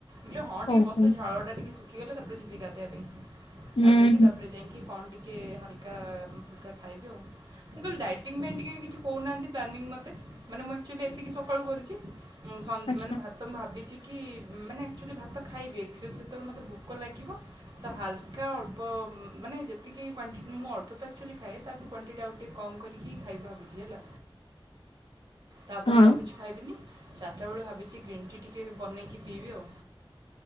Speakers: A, on the right; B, on the left.
A: ବ ହଁ ଟିକେ
B: ଓହୋ
A: ବସେ ଝଳ ଟା ଟିକେ ଶୁଖଗଲେ ତାପରେ ଯିବି ଗାଧେଇବା ପାଇଁ।
B: ହୁଁ
A: ଗାଧେଇକିି
B: ହୁଁ
A: ତାପରେ ଯାଇକି କଣ ଟିକି ହାଲକା ଫୁଲକା ଖାଇବି ଆଉ ମୁଁ କହିଲି ଡାଇଟିଙ୍ଗ ପାଇଁ ଟିକେ କିଛି କହୁନାହାଁନ୍ତି ପ୍ଲାନିଂ ମୋତେ। ମାନେ ମୁଁ ଅକ୍ଚୁଆଲି ଏତିକି ସକାଳୁ କରିୁଛି ଉଁ ସ
B: ଆଚ୍ଛା
A: ମାନେ ଭା ମୁଁ ଭାବିଛି କି ମାନେ ଆକ୍ଚୁଆଲି ଭାତ ଖାଇବେ ଏକ୍ସସେସ୍ ସେତେବେଳେ ମୋତେ ଭୋକ ଲାଗିବ ତ ହାଲକା ଅଳ୍ପ ମାନେ ଯେତିକି କ୍ୱଣ୍ଟିଟି ମୁଁ ଅଳ୍ପ ତ ଆକ୍ଚୁଆଲି ଖାଏ ତାଠୁ କ୍ଵାଣ୍ଟିଟି ଆଉ ଟିକେ କମ୍ କରିକି ଖାଇ ଭାବୁଛି ହେଲା। ତାପରେ
B: ହଁ
A: ଆଉ କିଛି ଖାଇବିନି। ଚାରିଟା ବେଳେ ଭାବିଛି ଗ୍ରୀନ୍ ଟି ଟିକେ ବନେଇକି ପିଇବି ଆଉ।